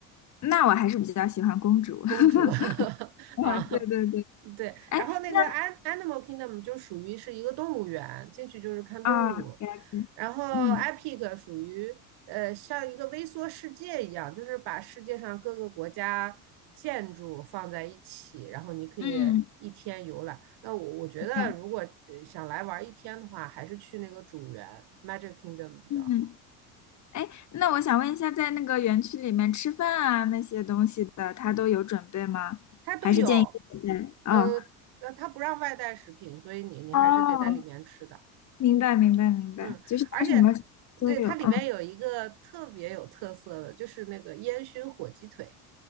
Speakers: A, on the left; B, on the right.
A: 那我还是比较喜欢公主。
B: 公主
A: <laughs>
B: <laughs>
A: 哦，
B: 啊。
A: 对对对，
B: 对，
A: 哎，
B: 然后那个
A: 那
B: an Animal Kingdom 就属于是一个动物园，进去就是看动物，
A: 啊，了解嗯
B: 然后 Epic 属于呃像一个微缩世界一样，就是把世界上各个国家建筑放在一起，然后你可以一天游览。
A: 嗯，
B: 那我我觉得如果呃想来玩一天的话，
A: 明白
B: 还是去那个主园 Magic Kingdom 比较好，
A: 嗯，哎，那我想问一下，在那个园区里面吃饭啊那些东西的，他都有准备吗？
B: 它都有，
A: 还是建议自己带？哦
B: 呃呃，它不让外带食品，所以你你还是得在里面吃的。
A: 哦明白明白明白，
B: 嗯，
A: 就是它什么都有，
B: 而且对它里面有一个特别有特色的，
A: 嗯，
B: 就是那个烟熏火鸡腿，